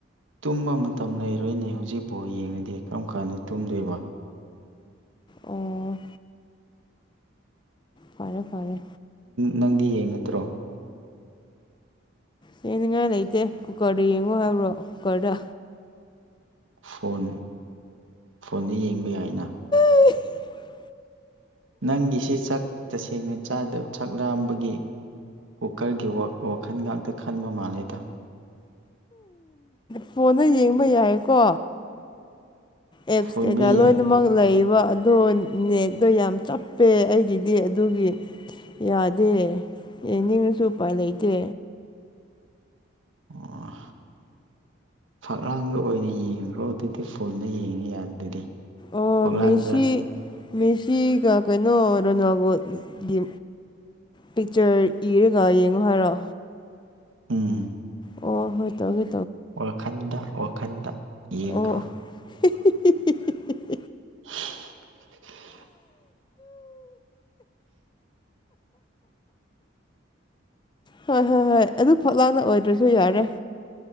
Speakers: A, on the right (about 80°); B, on the left (about 25°).
A: ꯇꯨꯝꯕ ꯃꯇꯝ ꯂꯩꯔꯣꯏꯅꯦ ꯍꯧꯖꯤꯛꯐꯥꯎ ꯌꯦꯡꯉꯨꯗꯗꯤ ꯀꯔꯝ ꯀꯥꯟꯗ ꯇꯨꯝꯗꯣꯏꯕ
B: ꯑꯣ ꯐꯔꯦ ꯐꯔꯦ
A: ꯅꯪꯗꯤ ꯌꯦꯡꯒꯗ꯭ꯔꯣ
B: ꯍꯅꯤꯡꯉꯥꯏ ꯂꯩꯇꯦ ꯀꯨꯀꯔꯗ ꯌꯦꯡꯉꯣ ꯍꯥꯏꯕ꯭ꯔꯣ ꯀꯨꯀꯔꯗ
A: ꯐꯣꯟ ꯐꯣꯟꯗ ꯌꯦꯡꯕ ꯌꯥꯏꯅ
B: <unintelligible>
A: ꯅꯪꯒꯤꯁꯦ ꯁꯛ ꯇꯁꯦꯡꯅ ꯆꯗ ꯁꯛ ꯂꯥꯝꯕꯒꯤ ꯀꯨꯀꯔꯒꯤ ꯋꯥꯈꯜ ꯉꯥꯛꯇ ꯈꯟꯕ ꯃꯥꯜꯂꯦꯗ
B: ꯐꯣꯟꯗ ꯌꯦꯡꯕ ꯌꯥꯏꯀꯣ ꯑꯦꯞꯁ
A: ꯐꯣꯟꯗ
B: ꯀꯩꯀꯥ
A: ꯌꯦꯡꯉꯤ
B: ꯂꯣꯏꯅꯃꯛ ꯂꯩ ꯑꯗꯣ ꯅꯦꯠꯇꯣ ꯌꯥꯝ ꯆꯞꯄꯦ ꯑꯩꯒꯤꯗꯤ ꯑꯗꯨꯒꯤ ꯌꯥꯗꯦ ꯌꯥꯅꯤꯡꯉꯁꯨ ꯎꯄꯥꯏ ꯂꯩꯇꯦ
A: ꯑꯣ ꯐꯛꯂꯥꯡꯗ ꯑꯣꯏꯅ ꯌꯦꯡꯈ꯭ꯔꯣ ꯑꯗꯨꯗꯤ ꯐꯣꯟꯗ ꯌꯦꯡꯉꯤ ꯌꯥꯗꯗꯤ
B: ꯑꯣ
A: ꯐꯛꯂꯥꯡꯗ
B: ꯃꯦꯁꯤ ꯃꯦꯁꯤꯒ ꯀꯩꯅꯣ ꯔꯣꯅꯥꯜꯕꯣꯒꯤ ꯄꯤꯛꯆꯔ ꯏꯔꯒ ꯌꯦꯡꯉꯨ ꯍꯥꯏꯔꯣ
A: ꯎꯝ
B: ꯑꯣ ꯍꯣꯏ ꯇꯧꯦ
A: ꯋꯥꯈꯟꯗ ꯋꯥꯈꯟꯗ ꯌꯦꯡꯈ꯭ꯔꯣ
B: ꯑꯣ <unintelligible>
A: <unintelligible>
B: ꯍꯣꯏ ꯍꯣꯏ ꯍꯣꯏ ꯑꯗꯨ ꯐꯛ ꯂꯥꯡꯅ ꯑꯣꯏꯗ꯭ꯔꯁꯨ ꯌꯥꯔꯦ